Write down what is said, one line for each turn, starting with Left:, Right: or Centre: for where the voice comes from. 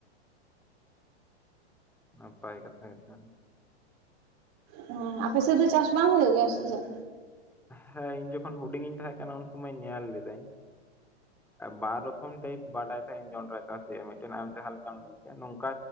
Centre: ᱱᱟᱯᱟᱭ ᱠᱟᱛᱷᱟ <inaudible>
Right: ᱦᱮᱸ ᱟᱯᱮ ᱥᱮᱫ ᱫᱚ ᱪᱟᱥ ᱵᱟᱝ ᱦᱩᱭᱩᱜ ᱜᱮᱭᱟ ᱥᱮ ᱪᱮᱫ᱾
Centre: ᱦᱮᱸ ᱤᱧ ᱡᱚᱠᱷᱚᱱ ᱦᱩᱰᱤᱧᱤᱧ ᱛᱟᱦᱮᱸ ᱠᱟᱱᱟ ᱩᱱ ᱥᱩᱢᱟᱹᱭ ᱧᱮᱞ ᱞᱮᱫᱟᱹᱧ ᱵᱟᱨ ᱨᱚᱠᱚᱢ ᱴᱟᱭᱤᱯ ᱵᱟᱰᱟᱭ ᱛᱟᱦᱮ ᱤᱧ ᱡᱚᱸᱰᱨᱟ ᱪᱟᱥ ᱦᱩᱭᱩᱜ-ᱟ ᱟᱨ ᱢᱤᱫᱴᱟᱝ ᱟᱢ ᱡᱟᱦᱟᱸ ᱞᱮᱠᱟᱢ ᱞᱟᱹᱭ ᱠᱮᱭᱟ ᱱᱚᱝᱠᱟ